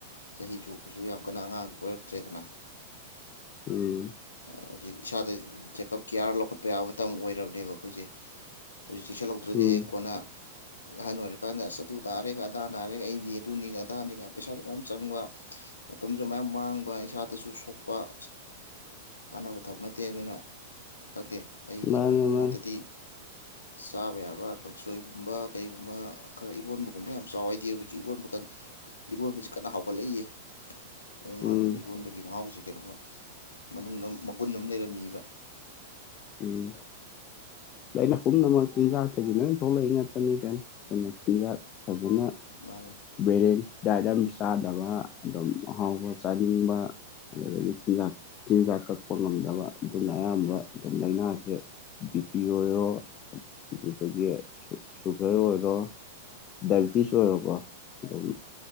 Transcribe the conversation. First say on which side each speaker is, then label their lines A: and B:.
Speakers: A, on the left; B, on the left.
A: ꯆꯍꯤ ꯆꯨꯞꯄꯁꯨ ꯌꯥꯝ ꯀꯟꯅ ꯑꯉꯥꯡ ꯑꯣꯏꯔꯛꯇ꯭ꯔꯦꯗꯅ
B: ꯎꯝ
A: ꯍꯧꯖꯤꯛ ꯏꯁꯥꯗ ꯆꯦꯛꯑꯞ ꯀꯤꯌꯥꯔ ꯂꯧꯈꯠꯄ ꯌꯥꯕ ꯃꯇꯝ ꯑꯣꯏꯔꯕꯅꯦꯕ ꯑꯩꯈꯣꯏꯁꯦ ꯍꯧꯖꯤꯛꯤ ꯁꯜꯍꯧꯗ꯭ꯔꯗꯤ
B: ꯎꯝ
A: ꯍ ꯀꯣꯟꯅ ꯑꯍꯟ ꯑꯣꯏꯔꯀꯥꯟꯗ ꯑꯁ ꯑꯗꯨ ꯅꯥꯔꯦꯒ ꯑꯗꯥ ꯅꯥꯔꯦ ꯑꯩꯗꯤ ꯑꯗꯨꯅꯤꯒ ꯑꯗꯥꯅꯤꯒ ꯄꯩꯁꯥꯁꯨ ꯃꯌꯥꯝ ꯆꯪꯕ ꯃꯇꯝꯁꯨ ꯃꯌꯥꯝ ꯃꯥꯡꯕ ꯏꯁꯥꯗꯁꯨ ꯁꯣꯛꯄ ꯑ ꯀꯥꯟꯅꯕ ꯊꯕꯛ ꯅꯠꯇꯦ ꯑꯗꯨꯅ ꯈꯛꯇꯦ ꯑꯩꯒꯤ
B: ꯃꯥꯅꯦ
A: ꯑꯣꯏꯕ
B: ꯃꯥꯅꯦ
A: ꯃꯣꯠꯇꯗꯤ ꯆꯥꯕ ꯌꯥꯕ ꯀꯥꯡꯁꯣꯏꯒꯨꯝꯕ ꯀꯩꯒꯨꯝꯕ ꯈꯔ ꯏꯔꯣꯟꯕꯒꯨꯝꯕ ꯌꯥꯝ ꯆꯥꯎꯋꯏꯗꯤ ꯍꯧꯖꯤꯛ ꯏꯔꯣꯟꯕ ꯀ ꯏꯔꯣꯟꯕꯁꯤ ꯀꯟꯅ ꯍꯥꯎꯒꯠꯂꯛꯏꯌꯦ ꯃꯑꯣꯣꯡ
B: ꯎꯝ
A: ꯃꯥꯟꯗꯅ ꯏꯔꯣꯟꯕꯒꯤ ꯃꯍꯥꯎꯁꯦ ꯀꯩꯅꯒꯨꯝꯕ ꯃꯅꯨꯡꯗ ꯃꯒꯨꯟ ꯑꯃ ꯂꯩꯔꯝꯃꯤꯕ
B: ꯎꯝ ꯑꯩꯅ ꯄꯨꯝꯅꯃꯛ ꯆꯤꯟꯖꯥꯛꯇꯒꯤ ꯂꯣꯏ ꯊꯣꯛꯂꯛꯏ ꯉꯥꯛꯇꯅꯤ ꯀꯩꯅꯣ ꯑꯩꯈꯅ ꯆꯤꯟꯖꯥꯛ ꯐꯖꯅ
A: ꯃꯥꯅꯦ
B: ꯕꯦꯂꯦꯟꯁ ꯗꯥꯏꯠ ꯑꯃ ꯆꯥꯗꯕ ꯑꯗꯨꯝ ꯑꯍꯥꯎꯕ ꯆꯥꯅꯤꯡꯕ ꯑꯗꯨꯗꯒꯤ ꯆꯤꯟꯖꯥꯛ ꯆꯤꯟꯖꯥꯛ ꯀꯛꯄ ꯉꯝꯗꯕ ꯑꯗꯨꯅ ꯑꯌꯥꯝꯕ ꯑꯗꯨꯝ ꯂꯥꯏꯅꯥꯁꯦ ꯕꯤ ꯄꯤ ꯑꯣꯏꯔꯣ ꯑꯗꯨꯗꯒꯤ ꯁꯨꯒꯔ ꯑꯣꯏꯔꯣ ꯗꯥꯏꯕꯤꯇꯤꯁ ꯑꯣꯏꯣꯔꯕ ꯑꯗꯨꯝ